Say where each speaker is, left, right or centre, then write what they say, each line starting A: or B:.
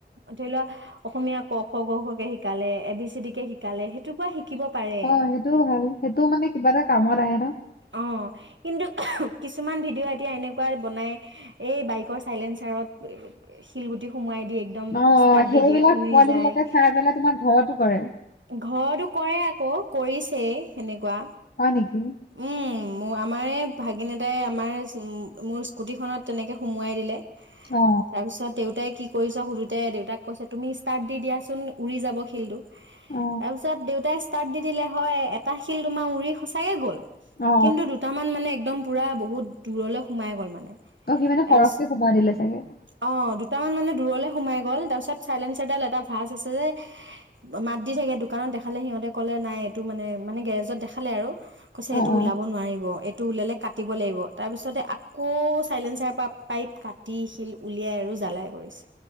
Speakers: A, on the right; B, on the left.
A: ধৰি লোৱা অসমীয়া ক খ গ ঘ কে শিকালে, এ বি চি ডি কে শিকালে সেইটো পা শি শিকিব পাৰে
B: অঁ সেইটোও ভাল, সেইটোও মানে কিবা এটা কামত আহে। ন
A: অঁ, কিন্তু কিছুমান ভিডিঅ' এতিয়া এনেকুৱা বনাই, এই বাইকৰ চাইলেঞ্চাৰত শিলগুটি সোমোৱাই একদম
B: অ
A: ষ্টাৰ্ট
B: সেইবিলাক
A: দি দিয়ে, উৰি
B: পোৱালী
A: যায়,
B: বিলাকে চাই পেলাই তোমাৰ ঘৰতো কৰে
A: ঘৰতো কৰে আকৌ কৰি সেই সেনেকুৱা
B: হয় নেকি।
A: উম মোৰ আমাৰে ভাগিনতাই আমাৰ মোৰ স্কুটিখনত তেনেকে সুমোৱাই দিলে।
B: অ
A: তাৰপিছত দেউতাই কি কৰিছ সুধোতে দেউতাক কৈছে তুমি ষ্টাৰ্ট দি দিয়াচোন উৰি যাব শিলটো।
B: অ
A: তাৰপিছত দেউতাই ষ্টাৰ্ট দি দিলে হয়, এটা শিল তোমাৰ উৰি সঁচাকে গ'ল।
B: অ অ
A: কিন্তু দুটামান মানে একদম পোৰা বহুত দূৰলৈ সোমাই গ'ল মানে।
B: অঁ সি মানে
A: তাৰপিছত
B: সৰহকে সোমাই দিলে চাগে।
A: অ' দুটামান মানে দূৰলৈ সোমাই গ'ল, তাৰপিছত চাইলেঞ্চাৰডাল এটা ভাজ আছে যে মাত দি থাকে দোকানত দেখালে সিহঁতে ক'লে নাই এইটো মানে-মানে গেৰেজত দেখালে আৰু। কৈছে
B: অ
A: এইটো
B: অ
A: ওলাব নোৱাৰিব এই টো ওলালে কাটিব লাগিব, তাৰপিছতে আকৌ চাইলেঞ্চাৰ প পাইপ কাটি শিল উলিয়াই আৰু জ্বালাই কৰিছে।